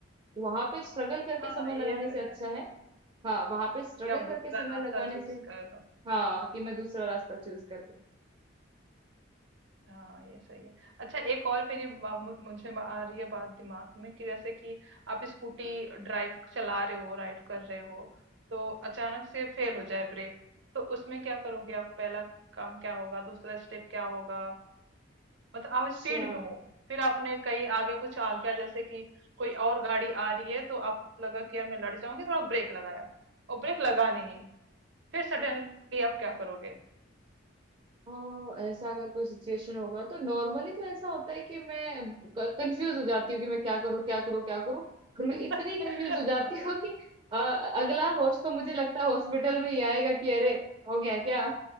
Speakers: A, on the right (about 25°); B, on the right (about 65°).
A: वहां पे स्ट्रगल करके
B: हाँ
A: समय लगाने
B: ये तो
A: से अच्छा
B: है
A: है हाँ वहां पे स्ट्रगल
B: कि आप
A: करके
B: दूसरा
A: समय
B: रास्ता
A: लगाने
B: चूज
A: से
B: कर लो
A: हाँ कि मैं दूसरा रास्ता चूज कर लूं
B: हाँ ये सही है अच्छा एक और मेरी बा- मु- मुझे बा- आ रही है बात दिमाग में कि जैसे कि आप स्कूटी ड्राइव चला रहे हो राइड कर रहे हो तो अचानक से फेल हो जाए ब्रेक तो उसमें क्या करोगे आप पहला काम क्या होगा दूसरा स्टेप क्या होगा मतलब आप
A: अच्छा
B: स्पीड में हो फिर आपने कहीं आगे कुछ आ गया जैसे कि कोई और गाड़ी आ रही है तो आपको लगा कि यार मैं लड़ जाऊंगी थोड़ा ब्रेक लगाया और ब्रेक लगा नहीं फिर सडनली आप क्या करोगे
A: हाँ ऐसा अगर कोई सिचुएशन होगा तो नॉर्मली तो ऐसा होता है कि मैं कंफ्यूज हो जाती
B: हम्म,
A: हूँ कि मैं क्या करूँ क्या करूँ क्या करूँ और मैं
B: <laughs>
A: इतनी कंफ्यूज हो जाती
B: हाँ
A: हूँ कि अ, अगला होश तो मुझे लगता है हॉस्पिटल में ही आएगा कि अरे हो गया क्या